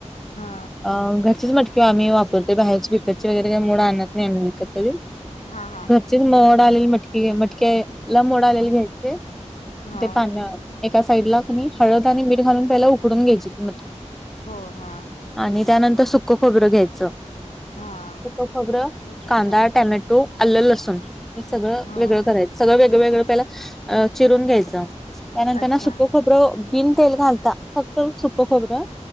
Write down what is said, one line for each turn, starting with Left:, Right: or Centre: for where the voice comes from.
Left: हा
Centre: अम्म घरचीच मट किंवा आम्ही वापरते बाहेरच विकतचे वगैरे का मोड आणत नाही आम्ही विकत घर.
Left: हा हा
Centre: ची मोड आलेल मटकी मटक्या ला मोड आलेल घ्यायचे
Left: हा
Centre: ते पाण्यात. एका साइड ला हळद आणि मीठ घालून पहिला उकडून घ्यायची ती मटकी
Left: हो हा
Centre: आणि त्यानंतर सुक्कं खोबरं घ्यायचं
Left: हा
Centre: सुक्कं खोबरं कांदा,
Left: खबर
Centre: टोमॅटो, आलं, लसूण हे सगळं
Left: हो
Centre: वेगळं करायचं सगळं वेगळंवेेगळं पहिला चिरून घ्यायचं त्यानंतर
Left: अच्छा
Centre: ना सुक्कं खो बरं बिन तेल घालता फक्त सुक्कं खोबरं